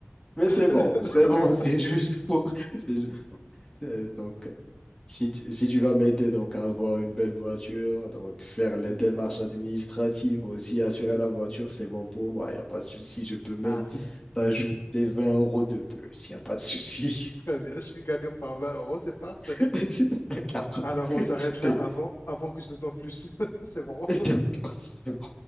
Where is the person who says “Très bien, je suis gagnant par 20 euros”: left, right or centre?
Left